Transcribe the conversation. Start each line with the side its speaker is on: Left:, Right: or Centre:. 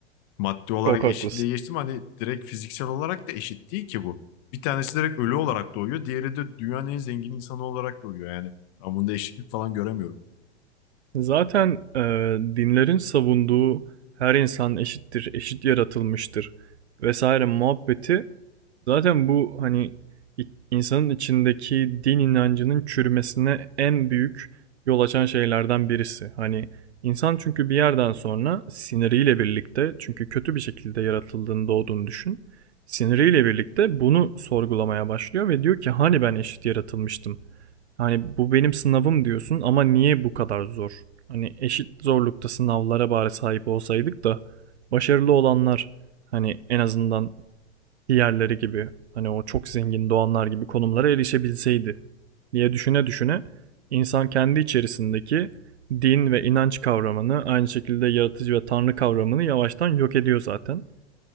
Left: Maddi olarak
Right: Çok haklısın.
Left: eşitliğe geçtim hani direkt fiziksel olarak da eşit değil ki bu. Bir tanesi direkt ölü olarak doğuyor. Diğeri de dünyanın en zengin insanı olarak doğuyor yani. Ben bunda eşitlik falan göremiyorum.
Right: Zaten e, dinlerin savunduğu her insan eşittir, eşit yaratılmıştır vesaire muhabbeti zaten bu hani i- insanın içindeki din inancının çürümesine en büyük yol açan şeylerden birisi. Hani insan çünkü bir yerden sonra siniriyle birlikte çünkü kötü bir şekilde yaratıldığını doğduğunu düşün. Siniriyle birlikte bunu sorgulamaya başlıyor ve diyor ki hani ben eşit yaratılmıştım. Hani bu benim sınavım diyorsun ama niye bu kadar zor? Hani eşit zorlukta sınavlara bari sahip olsaydık da başarılı olanlar hani en azından diğerleri gibi hani o çok zengin doğanlar gibi konumlara erişebilseydi diye düşüne düşüne insan kendi içerisindeki din ve inanç kavramını aynı şekilde yaratıcı ve tanrı kavramını yavaştan yok ediyor zaten.